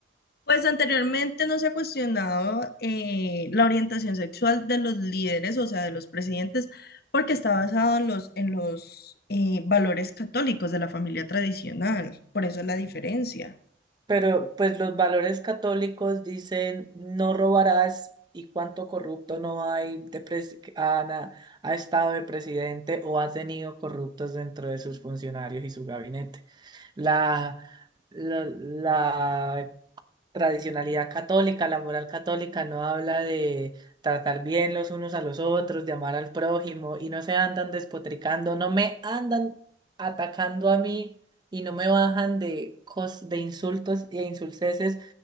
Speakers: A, on the left; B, on the right.
A: Pues anteriormente no se ha cuestionado eh, la orientación sexual de los líderes, o sea, de los presidentes, porque está basado en los, en los eh, valores católicos de la familia tradicional. Por eso la diferencia.
B: Pero pues los valores católicos dicen no robarás y cuánto corrupto no hay de pres- que han, ah, ha estado de presidente o ha tenido corruptos dentro de sus funcionarios y su gabinete. La, la, la tradicionalidad católica, la moral católica no habla de tratar bien los unos a los otros, de amar al prójimo y no se andan despotricando, no me andan atacando a mí y no me bajan de cos de insultos e insulceses